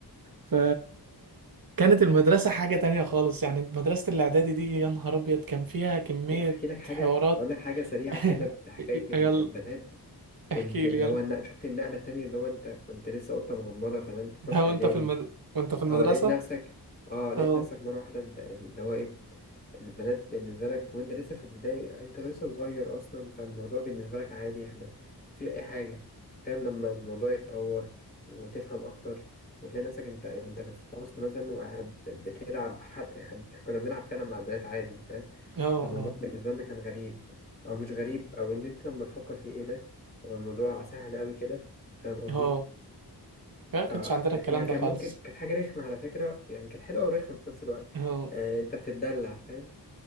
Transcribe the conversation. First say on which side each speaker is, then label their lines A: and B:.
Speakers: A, on the right; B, on the left.
A: ف كانت المدرسة حاجة تانية خالص يعني مدرسة الإعدادي دي يا نهار أبيض كان فيها كمية
B: احكي لك حاجة
A: حوارات
B: اقول لك حاجة سريعة
A: <laughs>
B: كده بحكاية ال-
A: يلا
B: البنات كنت
A: احكي
B: اللي
A: لي يلا
B: هو النق- شفت النقلة التانية اللي هو انت كنت لسه قطة مغمضة فنمت
A: ده
B: رحت اعدادي
A: وانت في المد... وانت في المدرسة
B: اه لقيت نفسك اه لقيت
A: اه
B: نفسك مرة واحدة انت اللي هو ايه البنات بالنسبة لك وانت لسه في البداية انت لسه صغير اصلا فالموضوع بالنسبة لك عادي احنا مفيش اي حاجة فاهم لما الموضوع يتطور وتفهم اكتر وتلاقي نفسك انت انت في الفصل مثلا وقاعد بتلعب حد يعني كنا بنلعب فعلا مع البنات عادي فاهم
A: اه
B: فالموضوع
A: اه
B: بالنسبة لنا كان غريب او مش غريب او ان انت لما تفكر فيه ايه ده هو الموضوع سهل اوي كده فاهم قصدي
A: اه ما
B: فهي
A: كانش عندنا الكلام
B: كان
A: ده خالص
B: ممكن كانت حاجة رخمة على فكرة يعني كانت حلوة ورخمة في نفس الوقت
A: اه
B: آه، انت بتتدلع فاهم